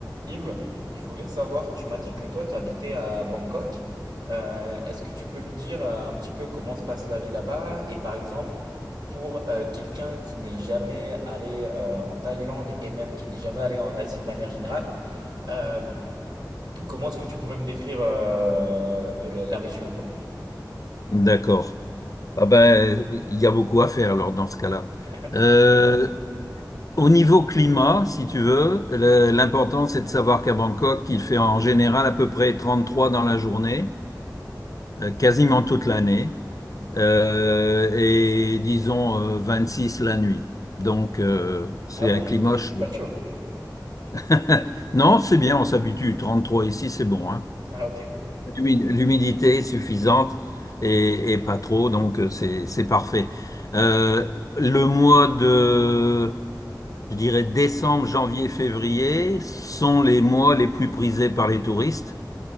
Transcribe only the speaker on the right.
Yves, je voulais savoir, tu m'as dit que toi, tu habitais à Bangkok. Euh, est-ce que tu peux me dire euh, un petit peu comment se passe la vie là-bas? Et par exemple, pour euh, quelqu'un qui n'est jamais allé euh, en Thaïlande et même qui n'est jamais allé en Asie de manière générale, euh, comment est-ce que tu pourrais me décrire euh, la la région, quoi?
<laughs>
Je me doute.
Ah oui,
il fait
super chaud.
Ah ok.